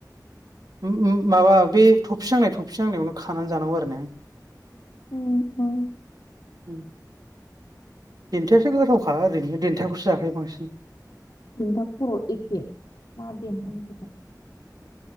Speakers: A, on the right; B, on the left.
A: उम उम माबा बे थफिहांनाय थफिहांनायावनो खानानै जानांगौ आरो ने?
B: औ औ
A: उम देनथायासो गोथावखा ओरैनो देनथाखौसो जाखायो बांसिन।
B: देन्था खर एखे मा देन्था नि खोथा